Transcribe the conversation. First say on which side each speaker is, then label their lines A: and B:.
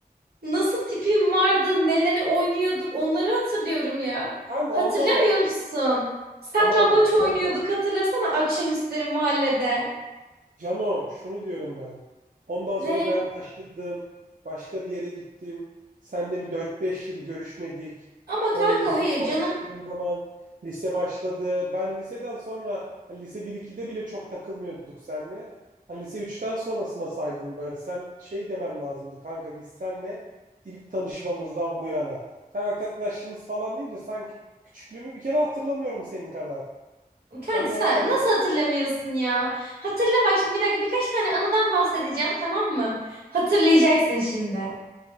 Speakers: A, on the right; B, on the right.
A: Nasıl tipim vardı, neleri oynuyorduk onları hatırlıyorum ya.
B: Kanka
A: Hatırlamıyor
B: onda ama
A: musun? Saklambaç
B: tamam.
A: oynuyorduk
B: Cano.
A: hatırlasana akşamüstleri mahallede.
B: Cano şunu diyorum ben. Ondan
A: Ne?
B: sonra ben taşındım. Başka bir yere gittim. Seninle bir dört beş yıl görüşmedik.
A: Ama
B: Sonra
A: kanka
B: liseye
A: hayır canım.
B: başladığım zaman lise başladı. Ben liseden sonra hani lise 1-2'de bile çok takılmıyorduk seninle. Hani lise üç'ten sonrasına saydım ben. Sen şey demen lazımdı kanka biz seninle ilk tanışmamızdan bu yana. Sen arkadaşımız falan deyince sanki küçüklüğümü bir kere hatırlamıyorum senin kadar. Sen
A: Kanka
B: neler
A: sen
B: anlat?
A: nasıl hatırlamıyorsun ya? Hatırla bak şimdi bir dakika birkaç tane anıdan bahsedeceğim tamam mı? Hatırlayacaksın şimdi.